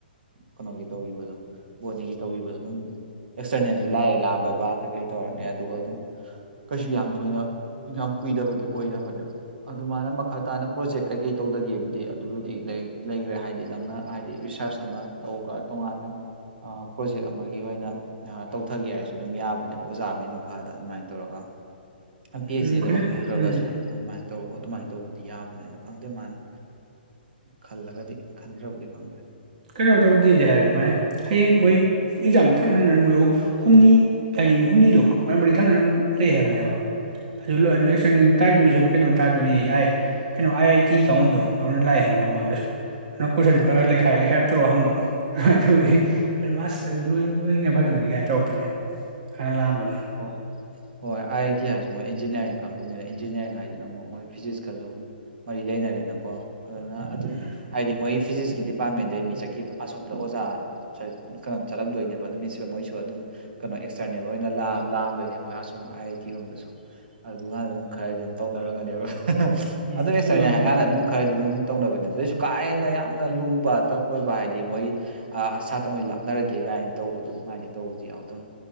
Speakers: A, on the right; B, on the right.
A: ꯀꯩꯅꯣꯒꯤ ꯇꯧꯒꯤꯕꯗꯣ ꯕꯣꯅꯤꯒꯤ ꯇꯧꯕꯤꯕꯗ ꯑꯗꯨꯝ ꯑꯦꯛꯁꯇꯔꯅꯦꯜꯁꯨ ꯂꯥꯛꯑꯦ ꯂꯥꯛ ꯕꯩꯕꯥ ꯀꯩꯀꯩ ꯇꯧꯔꯅꯤ ꯑꯗꯨꯒ ꯑꯗꯨꯝ ꯀꯩꯁꯨ ꯌꯥꯝ ꯊꯣꯏꯅ ꯌꯥꯝ ꯀꯨꯏꯗꯕꯗꯤ ꯑꯣꯏꯗꯕꯅꯦꯕ ꯑꯗꯨꯃꯥꯏꯅ ꯃꯈꯥ ꯇꯥꯅ ꯄ꯭ꯔꯣꯖꯦꯛ ꯀꯩꯀꯩ ꯇꯧꯗꯒꯦꯕꯨꯗꯤ ꯑꯗꯨꯕꯨꯗꯤ ꯂꯩꯈ꯭ꯔꯦ ꯍꯥꯏꯗꯤ ꯅꯪꯅ ꯍꯥꯏꯗꯤ ꯔꯤꯁꯥꯔꯁ ꯑꯃ ꯇꯧꯒ ꯇꯣꯉꯥꯟꯅ ꯄ꯭ꯔꯣꯖꯦꯛ ꯑꯃꯒꯤ ꯑꯣꯏꯅ ꯇꯧꯊꯒꯦ ꯍꯥꯏꯔꯁꯨ ꯑꯗꯨꯝ ꯌꯥꯕꯅꯦꯕ ꯑꯣꯖꯥ ꯑꯃꯒꯤ ꯃꯈꯥꯗ ꯑꯗꯨꯃꯥꯏꯅ ꯇꯧꯔꯒ ꯄꯤ ꯑꯩꯆ
B: ꯎꯝ
A: ꯗꯤꯗꯃꯛ
B: ꯈꯪꯗꯦ
A: ꯇꯧꯗ꯭ꯔꯒꯁꯨ
B: ꯎꯝ
A: ꯑꯗꯨꯃꯥꯏꯅ ꯇꯧ ꯑꯗꯨꯃꯥꯏꯅ ꯇꯧꯕꯗꯤ ꯌꯥꯕꯅꯦꯅ ꯈꯪꯗꯦ ꯃꯥꯅ ꯈꯜꯂꯒꯗꯤ ꯈꯟꯗ꯭ꯔꯕꯨꯗꯤ ꯈꯪꯗꯣꯏ
B: ꯀꯩꯅꯣ ꯇꯧꯗꯦꯗꯦ ꯍꯥꯏꯕꯅꯤ ꯃꯥꯏ ꯍꯌꯦꯡ ꯃꯣꯏ ꯑꯦꯛꯖꯥꯝ ꯊꯪꯅ ꯊꯪꯅꯅ ꯃꯣꯏ ꯍꯨꯝꯅꯤ ꯃꯤ ꯍꯨꯝꯅꯤꯗꯣ ꯃꯥꯔꯤ ꯃꯔꯤ ꯊꯥꯡꯅꯅꯕ ꯂꯩ ꯍꯥꯏꯕꯅꯦꯕ ꯑꯗꯨ ꯂꯣꯏꯔꯒ ꯑꯦꯛꯇꯔꯅꯦꯜ ꯇꯥꯏꯗꯣꯔꯤꯁꯦ ꯑꯃꯨꯛ ꯀꯩꯅꯣꯝ ꯇꯥꯗꯣꯔꯤ ꯌꯦ ꯀꯩꯅꯣ ꯑꯥꯏ ꯑꯥꯏ ꯇꯤ ꯀꯥꯡꯕꯨꯗꯨ ꯂꯥꯛꯑꯦ ꯍꯥꯏꯕ ꯃꯃꯥꯡꯗꯁꯨ ꯀꯣꯏꯁꯟꯗꯨ ꯈꯔ
A: ꯑꯣ
B: ꯂꯩꯈꯥꯏ ꯂꯩꯈꯥꯏ ꯐꯠꯇ꯭ꯔꯣ ꯍꯪꯕ ꯑꯗꯨꯃꯥꯏꯅ ꯇꯧꯋꯤ ꯑꯗꯨ ꯂꯣꯏ ꯂꯣꯏꯅ ꯐꯖꯅ ꯀꯥꯏꯅ ꯇꯧꯔꯛꯄꯅꯦ ꯍꯥꯟꯅ ꯂꯥꯛꯑꯝꯕꯅꯦ
A: ꯍꯣꯏ ꯍꯣꯏ ꯑꯥꯏ ꯑꯥꯏ ꯇꯤ ꯍꯥꯏꯁꯤ ꯃꯣꯏ ꯏꯟꯖꯤꯅꯤꯌꯥꯔꯤꯡ ꯀꯥꯡꯕꯨꯅꯤꯅ ꯏꯟꯖꯤꯅꯤꯌꯥꯔꯤꯡ ꯍꯥꯏꯁꯤꯅ ꯑꯃꯨꯛ ꯃꯣꯏ ꯐꯤꯖꯤꯛ ꯃꯔꯤ ꯂꯩꯅꯔꯦꯅꯀꯣ ꯑꯗꯨꯅ ꯑꯗꯨꯝ
B: ꯎꯝ
A: ꯍꯥꯏꯗꯤ ꯃꯣꯏ ꯐꯤꯖꯤꯛꯁꯀꯤ ꯗꯤꯄꯥꯔꯠꯃꯦꯟꯗꯩ ꯃꯤ ꯆꯠꯈꯤꯕ ꯑꯁꯣꯝꯗ ꯑꯣꯖꯥ ꯆꯠ ꯀꯅꯣ ꯊꯦꯠꯂꯝꯗꯣꯏꯅꯦꯕ ꯑꯗꯨꯝ ꯃꯤꯁꯨ ꯃꯣꯏꯁꯨ ꯑꯗꯨꯝ ꯀꯩꯅꯣ ꯑꯦꯛꯁꯇꯔꯅꯦꯜ ꯑꯣꯏꯅ ꯂꯥꯑ ꯂꯥꯛꯑꯝꯗꯣꯏꯅꯦ ꯃꯣꯏꯑꯁꯨꯝ ꯑꯥꯏ ꯑꯥꯏ ꯇꯤ ꯔꯣꯝꯗꯁꯨ ꯑꯗꯨꯀꯥꯟꯗ ꯑꯗꯨꯝ ꯈꯔꯗꯤ ꯑꯗꯨꯝ ꯇꯧꯅꯔꯝꯒꯅꯦꯕ
B: ꯎꯝ
A: ꯑꯗꯨꯝ ꯑꯦꯛꯁꯇꯔꯅꯦ
B: ꯑꯗꯨ ꯌꯥꯝ ꯅꯨꯡꯉꯥꯏ
A: ꯍꯥꯏ ꯀꯥꯟꯗ ꯑꯗꯨꯝ ꯈꯔꯗꯤ ꯑꯗꯨꯝ ꯇꯧꯅꯕꯅꯤ ꯑꯗꯨꯏꯁꯨ ꯀꯥ ꯍꯦꯟꯅ ꯌꯥꯝꯅ ꯂꯨꯕ ꯇꯛꯄꯕ ꯍꯥꯏꯗꯤ ꯃꯣꯏꯒꯤ ꯑ ꯁꯥꯇꯔꯃꯩ ꯂꯥꯞꯅꯔꯒꯦ ꯀꯥꯏꯅ ꯇꯧꯕꯗꯨ ꯑꯗꯨꯃꯥꯏꯅ ꯇꯧꯕꯗꯤ ꯌꯥꯎꯗꯝꯅꯤ